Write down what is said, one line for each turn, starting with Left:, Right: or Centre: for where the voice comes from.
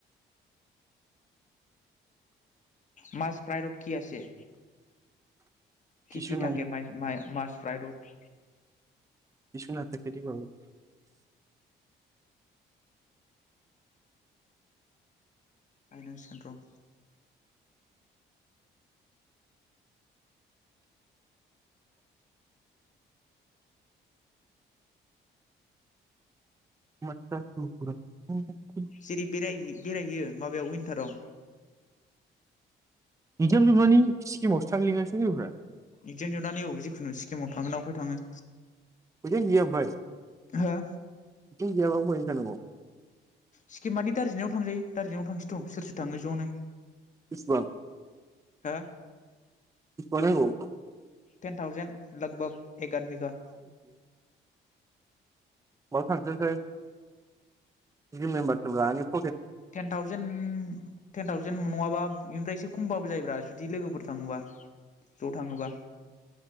Left: मास प्राइरड कि आसे
Right: किसु
Left: कि कि
Right: नायि
Left: थाके माइ माइ मास फ्राइरद
Right: किसु नाथाके रे बाबु
Left: आयनांसिगोन र
Right: <inaudible>
Left: जेरै बेराय बेरायहैयो माबायाव विन्टाराव
Right: इक्जाम जोबनानै सिकिमावसो थांलगासिनो लोगोफ्रा
Left: इगजाम जुनानै औ जिखुनु सिक्किमाव थाङोना उफाय थाङो
Right: फैसायानो गैया उमफाय
Left: हा
Right: गयाबा बोरै जानांगो
Left: सिक्किमानानि दार्जिलिंआव थांजायो दार्जिलिं आव थांसै थ सोर थाङो ज'नो
Right: बिसिबां
Left: हो
Right: बिसिबां नांगौ
Left: टेन थावजेन लगभग एक आदमिका
Right: बाव थांस्लायस्लाय <unintelligible>
Left: टेन थावजेन टेन थावजेन नङाबा इनिफ्राय इसे खमबाबो जायोब्रा जुदि लोगोफोर थाङोबा ज' थाङोबा